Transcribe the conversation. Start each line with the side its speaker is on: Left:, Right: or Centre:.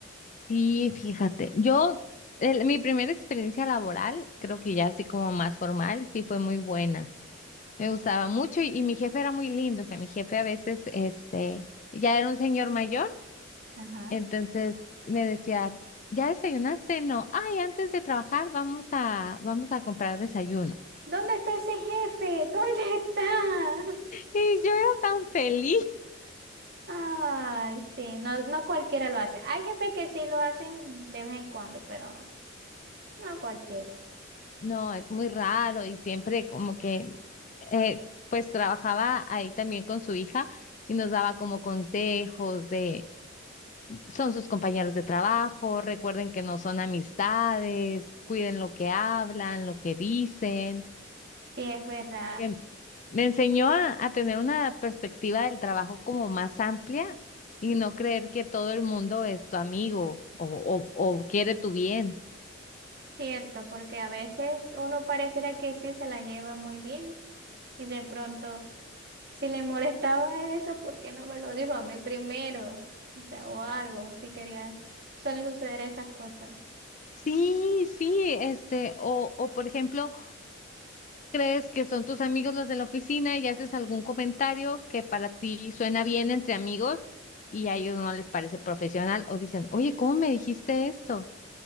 Left: Sí, fíjate, yo, el- mi primera experiencia laboral, creo que ya así como más formal, sí fue muy buena. Me gustaba mucho y, y mi jefe era muy lindo, o sea, mi jefe a veces, este, ya era un señor mayor,
Right: Ajá.
Left: entonces me decía, ¿ya desayunaste? No, ay, antes de trabajar vamos a, vamos a comprar desayuno.
Right: ¿Dónde está ese jefe? ¿Dónde está? <laughs>
Left: Y yo era tan feliz.
Right: Ay, sí, no, no cualquiera lo hace. Hay jefes que sí lo hacen de vez en cuando, pero no cualquiera.
Left: No, es muy raro y siempre como que, eh, pues trabajaba ahí también con su hija y nos daba como consejos de, son sus compañeros de trabajo, recuerden que no son amistades, cuiden lo que hablan, lo que dicen.
Right: Sí, es verdad,
Left: Em, Me enseñó a, a tener una perspectiva del trabajo como más amplia y no creer que todo el mundo es tu amigo o, o o quiere tu bien.
Right: cierto, porque a veces uno pareciera que sí se la lleva muy bien y de pronto, si le molestaba eso, ¿por qué no me lo dijo a mí primero? O sea, o algo, si quería. Suelen suceder esas cosas,
Left: Sí, sí, este, o, o por ejemplo... crees que son tus amigos los de la oficina y haces algún comentario que para ti suena bien entre amigos y a ellos no les parece profesional o dicen, oye, ¿cómo me dijiste esto?